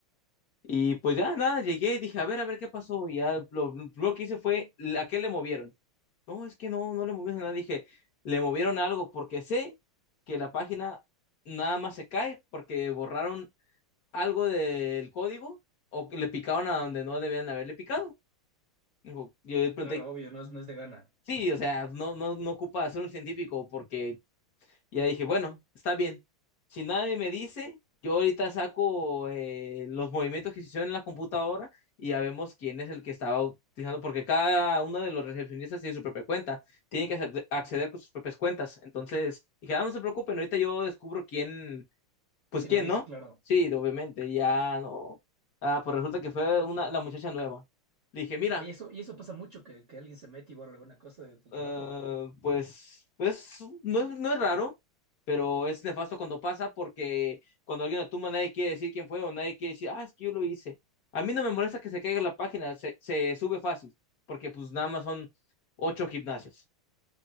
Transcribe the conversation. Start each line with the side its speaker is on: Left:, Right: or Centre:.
Left: Y pues ya nada, llegué y dije, a ver, a ver qué pasó. Y ya lo, lo primero que hice fue, ¿a qué le movieron? No, es que no, no le movieron nada. Dije, le movieron algo porque sé que la página nada más se cae porque borraron algo del código o que le picaron a donde no debían haberle picado. Dijo, yo le pregunté,
Right: Claro, obvio, no es, no es de gana.
Left: sí, o sea, no, no, no ocupa ser un científico porque y ya dije, bueno, está bien. Si nadie me dice, yo ahorita saco eh, los movimientos que se hicieron en la computadora y ya vemos quién es el que estaba utilizando, porque cada uno de los recepcionistas tiene su propia cuenta, tiene que acep- acceder con sus propias cuentas. Entonces, dije, ah, no se preocupen, ahorita yo descubro quién, pues
Right: ¿Quién
Left: quién,
Right: lo hizo?
Left: ¿no?
Right: Claro.
Left: Sí, obviamente, ya no. Ah, pues resulta que fue una, la muchacha nueva. Le dije, mira.
Right: Y eso, y eso pasa mucho, que, que alguien se mete y borra alguna cosa de tu
Left: Eh,
Right: trabajo.
Left: pues, pues no, es- no es raro, pero es nefasto cuando pasa porque cuando alguien la tumba nadie quiere decir quién fue o nadie quiere decir, ah, es que yo lo hice. A mí no me molesta que se caiga la página, se, se sube fácil, porque pues nada más son ocho gimnasios.